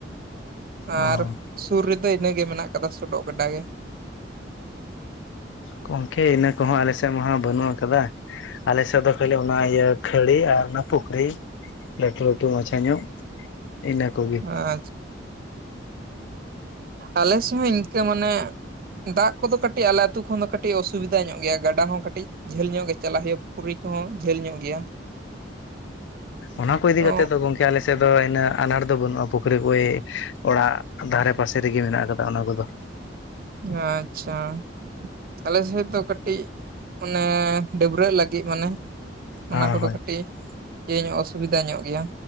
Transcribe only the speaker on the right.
ᱟᱨ ᱥᱩᱨ ᱨᱮᱫᱚ ᱤᱱᱟᱹᱜᱮ ᱢᱮᱱᱟᱜ ᱠᱟᱫᱟ ᱥᱚᱰᱚᱜ ᱜᱟᱰᱟ ᱜᱮ᱾
<unintelligible> ᱼᱼ ᱟᱞᱮ ᱥᱮᱫ ᱦᱚᱸ ᱤᱱᱠᱟᱹ ᱢᱟᱱᱮᱼᱼ ᱫᱟᱜ ᱠᱚᱫᱚ ᱠᱟᱹᱴᱤᱡ ᱟᱞᱮ ᱟᱹᱛᱩ ᱠᱷᱚᱱ ᱫᱚ ᱠᱟᱹᱴᱤᱡ ᱚᱥᱩᱵᱤᱫᱟ ᱧᱚᱜ ᱜᱮᱭᱟ ᱜᱟᱰᱟ ᱦᱚᱸ ᱠᱟᱹᱴᱤᱡᱼᱼ ᱡᱷᱟᱹᱞ ᱧᱚᱜ ᱜᱮ ᱪᱟᱞᱟᱜ ᱦᱩᱭᱩᱜᱼᱟ ᱯᱩᱠᱷᱨᱤ ᱠᱚᱦᱚᱸ ᱡᱷᱟᱹᱞ ᱧᱚᱜ ᱜᱮᱭᱟ᱾
ᱛᱚ
ᱟᱪᱪᱷᱟ ᱾ ᱟᱞᱮ ᱥᱮᱫ ᱫᱚ ᱠᱟᱹᱴᱤᱡ ᱚᱱᱮ ᱰᱟᱹᱵᱽᱨᱟᱹᱜ ᱞᱟᱹᱜᱤᱫ ᱢᱟᱱᱮᱼᱼ ᱚᱱᱟ
ᱠᱚᱫᱚ
ᱠᱟᱹᱴᱤᱡ ᱤᱭᱟᱹ ᱧᱚᱜ ᱚᱥᱩᱵᱤᱫᱟ ᱧᱚᱜ ᱜᱮᱭᱟ